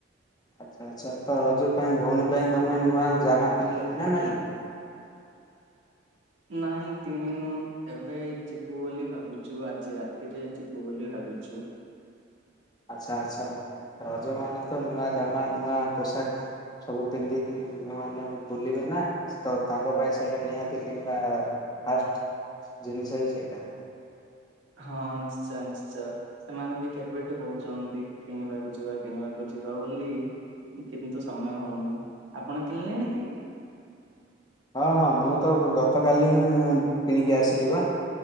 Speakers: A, on the left (about 20°); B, on the right (about 85°).
A: ଆଚ୍ଛା ଆଚ୍ଛା ତ ରଜ ପାଇଁ ଭଉଣୀ ପାଇଁ ତମେ ନୂଆ ଜାମା କିଣିଲନି ନା ନାଇଁ।
B: ନାଇଁ କିଣିନୁ ଏବେ ଯିବୁ ବୋଲି ଭାବିଛୁ ଆଜି ରାତିରେ ଯିବୁ ବୋଲି ଭାବିଛୁ।
A: ଆଚ୍ଛା ଆଚ୍ଛା ରଜ ମାନ ତ ନୂଆ ଜାମା ନୂଆ ପୋଷାକ ସବୁ ପିନ୍ଧିକି ମାନେ ବୁଲିବେ ନା ତ ତାଙ୍କ ପାଇଁ ସେଇଟା ନିହାତି କିଣିବା ଫାଷ୍ଟ ଜିନିଷ ହି ସେଇଟା।
B: ହଁ ନିଶ୍ଚୟ ନିଶ୍ଚୟ ସେମାନେ ବି କେବେଠୁ କହୁଛନ୍ତି କିଣିବାକୁ ଯିବା କିଣିବାକୁ ଯିବା ବୋଲି କିନ୍ତୁ ସମୟ ହଉନି ଆପଣ କିଣିଲେଣି କି?
A: ହଁ ହଁ ମୁଁ ତ ଗତକାଲି ହିଁ କିଣିକି ଆସିଲି ବା